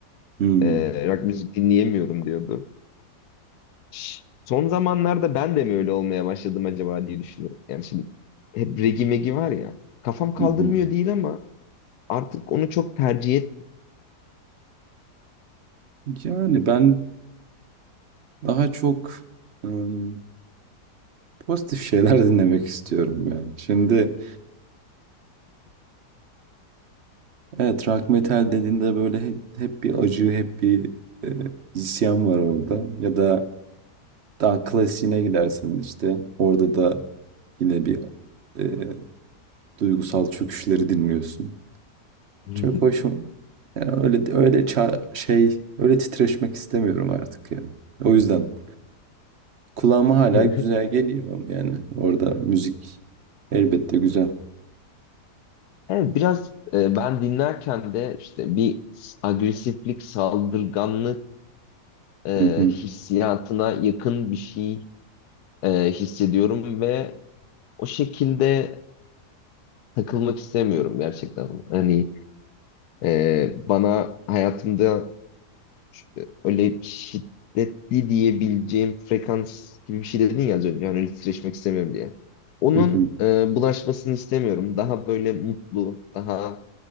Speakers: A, on the right; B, on the left.
A: hı
B: Ee, rock müzik dinleyemiyorum diyordu. Ş- Son zamanlarda ben de mi öyle olmaya başladım acaba diye düşünüyorum. Yani şimdi hep regi megi var ya. Kafam kaldırmıyor
A: hı, hı.
B: değil ama artık onu çok tercih
A: Yani ben daha çok ım, pozitif şeyler <laughs> dinlemek istiyorum ya. Şimdi evet rock metal dediğinde böyle hep, hep bir acı, hep bir e, isyan var orada. Ya da daha klasiğine gidersen işte orada da yine bir e, duygusal çöküşleri dinliyorsun.
B: etmiyorum.
A: Çok hoşum. Yani öyle öyle ça- şey öyle titreşmek istemiyorum artık ya. O yüzden kulağıma hala
B: <laughs>
A: güzel geliyor yani orada müzik elbette güzel.
B: Evet biraz e, ben dinlerken de işte bir agresiflik, saldırganlık e,
A: Hı hı.
B: hissiyatına yakın bir şey e, hissediyorum ve o şekilde takılmak istemiyorum gerçekten. Hani e, bana hayatımda işte öyle şiddetli diyebileceğim frekans gibi bir şey dedin ya az önce. Hani öyle titreşmek istemiyorum diye. Onun
A: Hı hı.
B: e, bulaşmasını istemiyorum. Daha böyle mutlu, daha